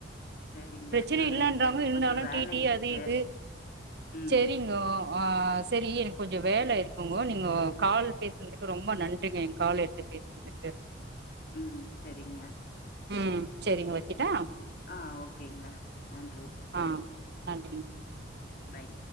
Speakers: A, on the left; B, on the right.
A: சரிங்க.
B: எ ப்ரச்சன
A: நான்
B: இல்லன்றாங்கோ
A: இப்ப எனக்கு
B: இருந்தாலு
A: கொஞ்சம் வேலை
B: டீ டி
A: இருக்கு.
B: அது இது
A: ம்
B: செரிங்கோ ஆஹ் செரி எனக் கொஞ்சொ வேல இருக்குங்கோ நீங்கோ கால் பேசுனதுக்கு ரொம்ப நன்றிங்க என் கால் எட்த்து பேசுனதுக்கு
A: ம் செரிங்க
B: ம் செரிங்க வெக்கட்டா
A: ஆஹ் ஓகேங்க நன்றி
B: ஆ நன்றிங்க
A: பாய்